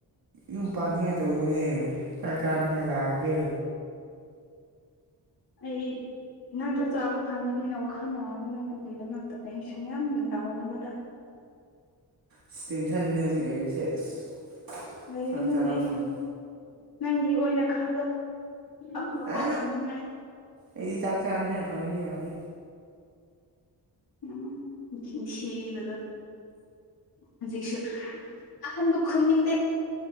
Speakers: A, on the right; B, on the left.
A: ꯌꯨꯝ ꯄꯥꯟꯅꯤꯉꯥꯏ ꯇꯧꯔꯣꯅꯦ ꯆꯥꯛ ꯆꯥꯅꯤꯉꯥꯏ ꯂꯥꯛꯑꯒꯦ꯫
B: ꯑꯩ ꯅꯪ ꯆꯥꯛ ꯆꯥꯕ ꯐꯪꯒꯅꯤꯅ ꯋꯥꯈꯜ ꯋꯥꯒꯅꯨ ꯑꯗꯨꯒꯤꯗꯃꯛꯇ ꯇꯦꯟꯁꯟ ꯌꯥꯝ ꯂꯥꯎꯒꯅꯨꯗ꯫
A: ꯑꯁ ꯇꯦꯟꯁꯟꯗꯅꯦ ꯍꯧꯖꯤꯛ ꯂꯩꯔꯤꯁꯦ ꯑꯁ꯫
B: ꯂꯩꯒꯅꯨ-ꯂꯩꯒꯅꯨ
A: ꯆꯥꯛ ꯆꯥꯕ ꯐꯪ
B: ꯅꯪꯒꯤ ꯑꯣꯏꯅ ꯈꯜꯂꯣ꯫ ꯑꯐꯕ
A: ꯑ
B: ꯐꯪꯅꯤꯡꯉꯥꯏ꯫
A: ꯑꯩꯗꯤ ꯆꯥꯛ ꯆꯥꯅꯤꯉꯥꯢ ꯐꯪꯑꯗꯤ ꯌꯥꯔꯦ꯫
B: ꯎꯝ ꯅꯆꯤꯟ ꯊꯤꯕꯗꯣ꯫ ꯍꯧꯖꯤꯛꯁꯨ ꯑꯍꯟꯕꯨ ꯈꯨꯝꯅꯤꯡꯗꯦ꯫